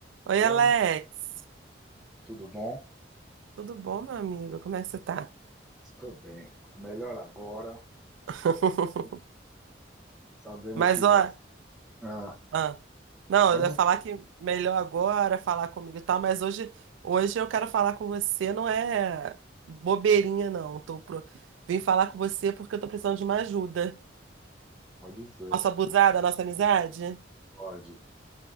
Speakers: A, on the right (about 80°); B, in the centre.
A: Oi,
B: Oi,
A: Alex.
B: Nini, tudo bom?
A: Tudo bom, meu amigo? Como é que você tá?
B: Estou bem. Melhor agora,
A: <laughs>
B: sabendo, sabendo
A: Mas,
B: que você.
A: ó,
B: Ah,
A: ah, não,
B: pode
A: eu ia falar
B: dizer,
A: que melhor agora falar comigo e tal, mas hoje, hoje eu quero falar com você, não é bobeirinha, não. Tô pro... Vim falar com você porque eu tô precisando de uma ajuda.
B: pode dizer,
A: Posso abusar da nossa amizade?
B: pode,